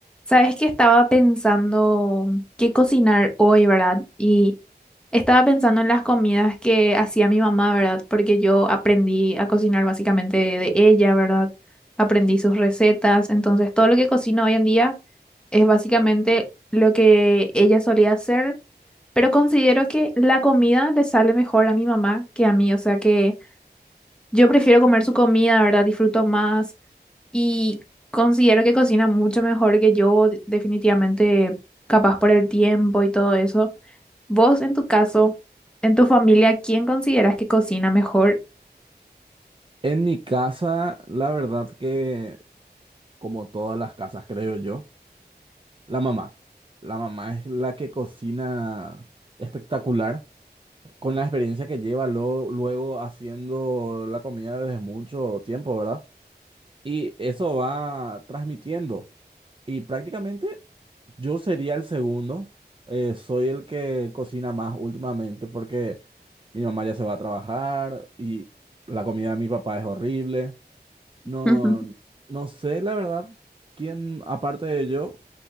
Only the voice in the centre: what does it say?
Sabes que estaba pensando qué cocinar hoy, ¿verdad? Y estaba pensando en las comidas que hacía mi mamá, ¿verdad? Porque yo aprendí a cocinar básicamente de, de ella, ¿verdad? Aprendí sus recetas, entonces todo lo que cocino hoy en día es básicamente lo que ella solía hacer, pero considero que la comida le sale mejor a mi mamá que a mí, o sea que yo prefiero comer su comida, ¿verdad? Disfruto más. Y considero que cocina mucho mejor que yo, de- definitivamente, capaz por el tiempo y todo eso. Vos, en tu caso, en tu familia, ¿quién consideras que cocina mejor?
<laughs>